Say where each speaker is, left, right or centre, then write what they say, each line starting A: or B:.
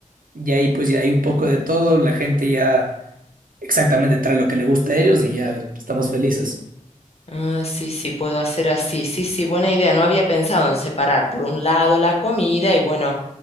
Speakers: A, on the right (about 85°); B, on the left (about 45°).
A: Y ahí pues ya hay un poco de todo, la gente ya exactamente trae lo que le gusta a ellos y ya estamos felices.
B: Ah, sí, sí, puedo hacer así. Sí, sí, buena idea. No había pensado en separar por un lado la comida y bueno,